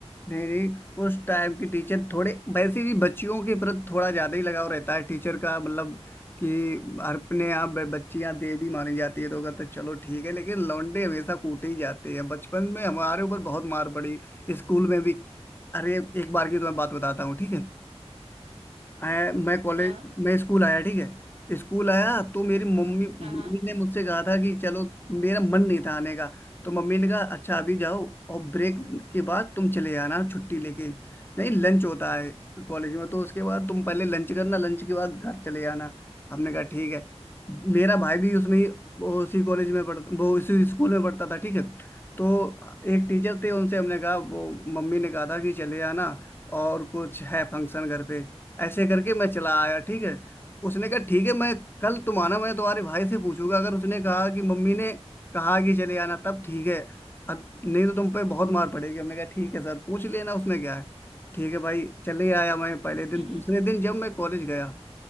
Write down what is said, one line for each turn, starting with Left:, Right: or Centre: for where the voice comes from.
Left: नहीं नहीं उस टाइम की टीचर थोड़े वैसे भी बच्चियों के प्रति थोड़ा ज्यादा ही लगाव रहता है टीचर का मतलब कि अपने यहाँ ब- बच्चियाँ देवी मानी जाती है तो कहते हैं, चलो ठीक है लेकिन लौंडे हमेशा कूटे ही जाते हैं बचपन में हमारे ऊपर बहुत मार पड़ी स्कूल में भी अरे एक बार की तो मैं बात बताता हूँ ठीक है आया मैं कॉलेज
Right: हाँ
Left: मैं स्कूल आया ठीक है स्कूल आया तो मेरी मम्मी मम्मी
Right: हाँ हाँ
Left: ने मुझसे कहा था कि चलो मेरा मन नहीं था आने का तो मम्मी ने कहा अच्छा अभी जाओ और ब्रेक के बाद तुम चले आना छुट्टी लेके नहीं लंच होता है कॉलेज में तो उसके बाद तुम पहले लंच करना लंच के बाद घर चले आना हमने कहा ठीक है मेरा भाई भी उसमें ही- वो उसी कॉलेज में पढ़ता वो उसी स्कूल में पढ़ता था ठीक है तो एक टीचर थे उनसे हमने कहा वो मम्मी ने कहा था कि चले आना और कुछ है फंक्शन घर पे ऐसे करके मैं चला आया ठीक है उसने कहा ठीक है मैं कल तुम आना मैं तुम्हारे भाई से पूछूंगा अगर उसने कहा कि मम्मी ने कहा कि चले आना तब ठीक है अद- नहीं तो तुम पे बहुत मार पड़ेगी हमने कहा ठीक है सर पूछ लेना उसमें क्या है ठीक है भाई चले आया मैं पहले दिन
Right: हम्म
Left: दूसरे
Right: हम्म।
Left: दिन जब मैं कॉलेज गया